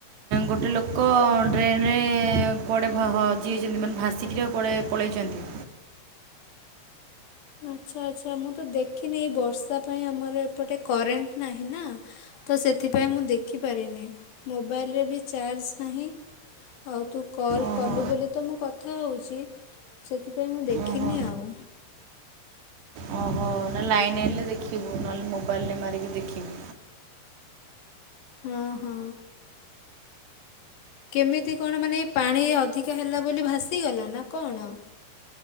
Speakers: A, on the right; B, on the left.
A: ଗୋଟେ ଲୋକ ଡ୍ରେନରେ କୁଆଡ଼େ ହ ହଜିଯାଇଛନ୍ତି ମାନେ ଭାସିକିନା କୁଆଡ଼େ। ପଲେଇଛନ୍ତି।
B: ଆଚ୍ଛା ଆଚ୍ଛା ମୁଁ ତ ଦେଖିନି ଏଇ ବର୍ଷା ପାଇଁ ଆମର ଏପଟେ କରେଣ୍ଟ ନାହିଁ ନା। ତ ସେଥିପାଇଁ ମୁଁ ଦେଖିପାରିନି ମୋବାଇଲରେ ବି ଚାର୍ଜ ନାହିଁ। ଆଉ ତୁ କଲ୍
A: ଓହୋ।
B: କଲୁ ବୋଲି ତ ମୁଁ କଥା ହେଉଛି। ସେଥିପାଇଁ ମୁଁ ଦେଖିନି
A: ଓହୋ
B: ଆଉ।
A: ଓହୋ ନା ଲାଇନ ଆଇଲେ। ଦେଖିବୁ ନହେଲେ ମୋବାଇଲରେ ମାରିକି ଦେଖିବୁ।
B: ହଁ ହଁ। କେମିତି କଣ ମାନେ ଏଇ ପାଣି ଅଧିକା ହେଲା ବୋଲି ଭାସିଗଲା ନା କଣ।